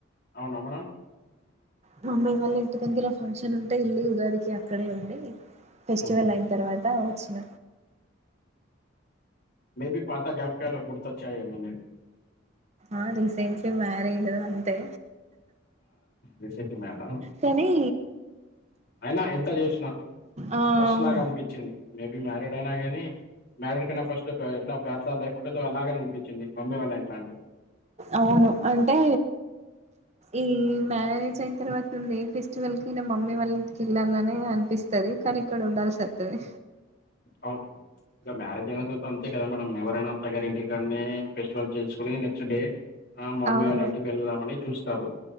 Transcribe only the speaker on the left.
అవునా మేడం
హ్మ్.
మే బి పాత గ్యాపకాలు గుర్తొచ్చాయేమో మీకు?
రీసెంట్ మేడం
అయినా ఎంత జేసిన
ఫస్ట్
లాగా అనిపిచ్చింది, మేబి మ్యారీడ్ అయినా గానీ మ్యారీడ్ కన్న ఫస్ట్ ఎట్లా బ్యాచ్లర్ లైఫ్ ఉంటదో అలాగని అనిపించింది మమ్మీ వాళ్ళ ఇట్లాంటిది.
అవున ఇగ మ్యారజ్ అయినతర్థ అంతే కదా మేడం ఎవర్ డైన అత్తగారి ఇంటికాన్నే ఫెస్టివల్ చేసుకొని నెక్స్ట్ డే ఆ మమ్మీ
వాళ్ళ ఇంటికి వెళ్దామని చూస్తరు,